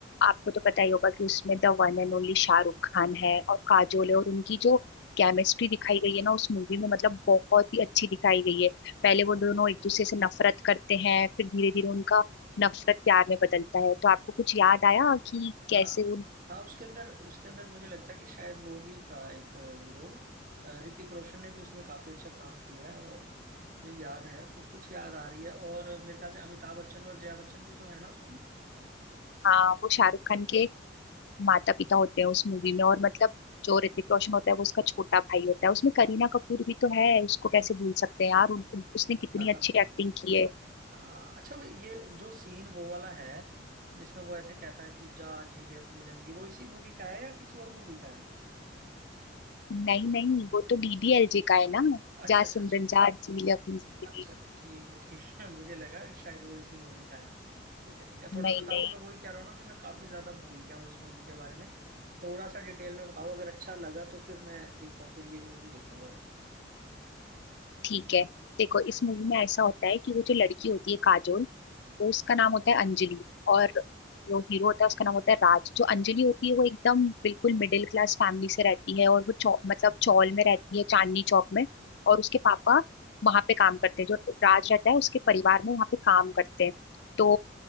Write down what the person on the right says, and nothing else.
हाँ
हाँ
हाँ उसके अंदर उसके अंदर मुझे लगता है कि शायद वो भी था एक हीरो ऋतिक रोशन ने भी उसमें काफी अच्छा काम किया है और मुझे याद है कुछ कुछ याद आ रही है और मेरे ख्याल से अमिताभ बच्चन और जया बच्चन भी तो है ना उसमें
हाँ,
अच्छा वो ये जो सीन वो वाला है जिसमें वो ऐसे कहता है कि जा जी ले अपनी जिंदगी वो इसी मूवी का है या किसी और मूवी का है
अच्छा
अच्छा
अच्छा
अच्छा ठीक है ठीक है मुझे लगा कि शायद वो इसी मूवी का है ठीक है ठीक है थोड़ा
बताओ
मैं वही कह रहा हूँ ना कि मैं काफी ज्यादा भूल गया हूँ उस मूवी के बारे में थोड़ा सा डिटेल में बताओ अगर अच्छा लगा तो फिर मैं देखता हूँ फिर ये मूवी देखूंगा